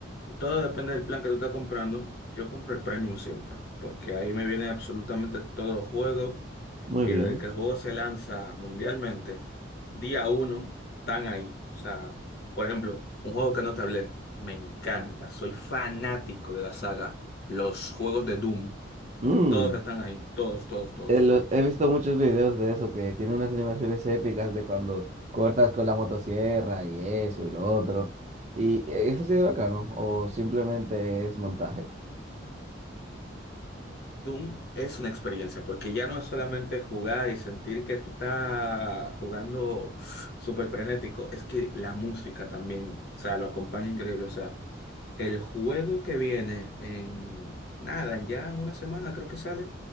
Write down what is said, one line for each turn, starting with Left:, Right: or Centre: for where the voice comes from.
Left: Todo depende del plan que tú estás comprando. Yo compro el Premium siempre, porque ahí me vienen absolutamente todos los juegos.
Right: Muy
Left: Y
Right: bien.
Left: desde que el juego se lanza mundialmente, día uno, están ahí. O sea, por ejemplo, un juego que no te hablé, me encanta. Soy fanático de la saga. Los juegos de Doom,
Right: Mm,
Left: todos están ahí. Todos, todos, todos.
Right: Eh, lo- He visto muchos videos de eso, que tiene unas animaciones épicas de cuando cortas con la motosierra y eso y lo otro. ¿Y eh, eso sí es bacano? ¿O simplemente es montaje?
Left: Doom es una experiencia, porque ya no es solamente jugar y sentir que tú estás jugando súper frenético, es que la música también, o sea, lo acompaña increíble. O sea, el juego que viene en nada, ya en una semana creo que sale,